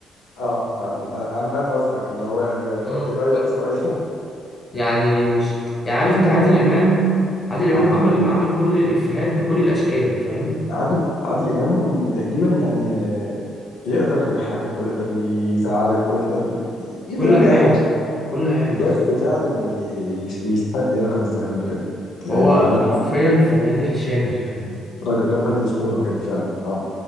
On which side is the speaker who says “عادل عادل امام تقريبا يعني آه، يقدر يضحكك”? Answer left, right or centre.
Left